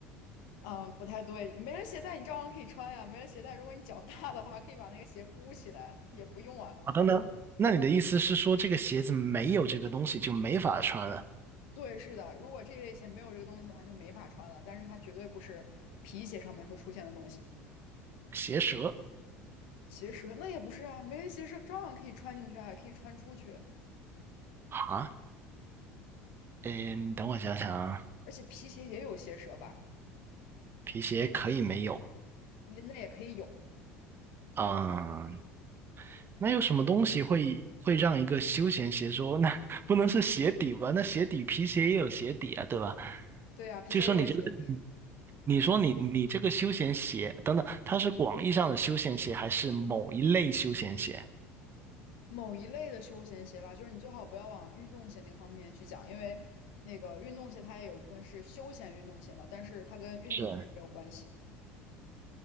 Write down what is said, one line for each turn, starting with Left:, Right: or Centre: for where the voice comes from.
Left: 嗯，不太对，没了鞋带你照样可以穿呀。没了鞋带，如果你脚大的话，可以把那个鞋箍起来，也不用啊。
Right: 啊，等等，那你的意思是说这个鞋子没有这个东西就没法穿了？
Left: 对，是的，如果这一类鞋没有这个东西的话，就没法穿了。但是它绝对不是皮鞋上面会出现的东西。
Right: 鞋舌
Left: 鞋舌那也不是啊，没人鞋舌照样可以穿进去啊，也可以穿出去。
Right: 啊？嗯，等我想想啊，
Left: 而且皮鞋也有鞋舌吧？
Right: 皮鞋可以没有，
Left: 你那也可以有。
Right: 嗯。那有什么东西会会让一个休闲鞋说，<laughs> 那不能是鞋底吧？那鞋底皮鞋也有鞋底啊，对吧？
Left: 对啊，皮鞋也有鞋底。
Right: 就说你这个，你说你你这个休闲鞋等等，它是广义上的休闲鞋，还是某一类休闲鞋？
Left: 某一类的休闲鞋吧，就是你最好不要往运动鞋那个方面去讲，因为那个运动鞋它也有一部分是休闲运动鞋嘛，但是它跟运动鞋也没有关系。
Right: 是，